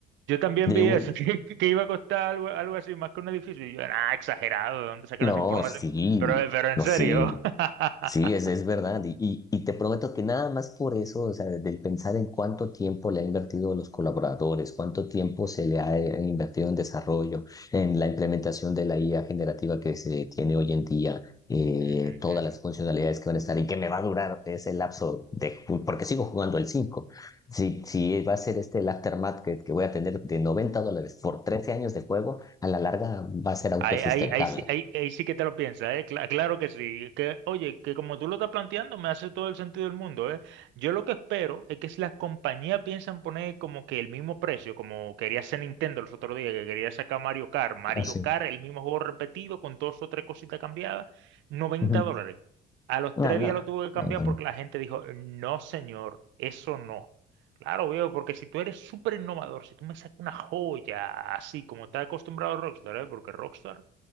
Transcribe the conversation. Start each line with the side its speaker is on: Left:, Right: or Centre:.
Right: Yo también
Left: De
Right: vi
Left: un...
Right: eso, <laughs> que, que iba a costar algo, algo así, más que un edificio. Y yo, ah, exagerado, ¿de dónde sacan
Left: No,
Right: esa información?
Left: sí,
Right: Pero, pero en
Left: no,
Right: serio.
Left: sí.
Right: <laughs>
Left: Sí, es, es verdad. Y, y, y te prometo que nada más por eso, o sea, del pensar en cuánto tiempo le ha invertido a los colaboradores, cuánto tiempo se le ha eh, invertido en desarrollo, en la implementación de la IA generativa que se tiene hoy en día, eh,
Right: Ujú, ujú.
Left: todas las funcionalidades que van a estar y que me va a durar ese lapso de, ju- porque sigo jugando el cinco, Si, si va a ser este el aftermath que, que voy a tener de 90 dólares por 13 años de juego, a la larga va a ser autosustentable.
Right: Ahí, ahí, ahí, sí, ahí, ahí sí que te lo piensas, ¿eh? Cla- claro que sí. Que, oye, que como tú lo estás planteando, me hace todo el sentido del mundo, ¿eh? Yo lo que espero es que si las compañías piensan poner como que el mismo precio, como quería hacer Nintendo los otros días, que quería sacar Mario Kart, Mario
Left: Así.
Right: Kart, el mismo juego repetido con dos o tres cositas cambiadas, noventa
Left: Ujú.
Right: dólares. A los
Left: Ah,
Right: tres
Left: no,
Right: días lo tuve que
Left: no,
Right: cambiar
Left: no. no.
Right: porque la gente dijo, no, señor, eso no. Claro, veo, porque si tú eres súper innovador, si tú me sacas una joya así como está acostumbrado Rockstar, ¿eh? Porque Rockstar